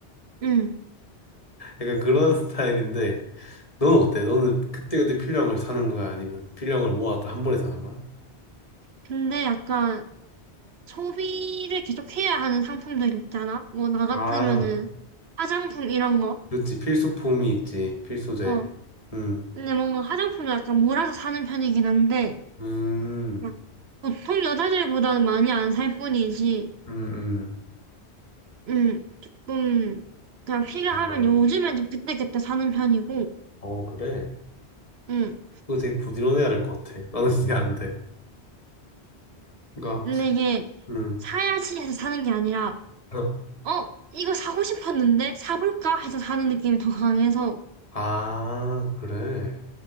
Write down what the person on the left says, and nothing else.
약간 그런 <laughs> 스타일인데 너는 어때? 너는 그때그때 필요한 걸 사는 거야? 아니면 필요한 걸 모았다 한 번에 사는 거야?
아,
그렇지. 필수품이 있지. 필수재.
음.
음.
음. 음.
아.
어, 그래.
그거 되게 부지런해야 될 것 같아. 나는 그게 안 돼. 그러니까,
음.
<laughs>
아, 그래.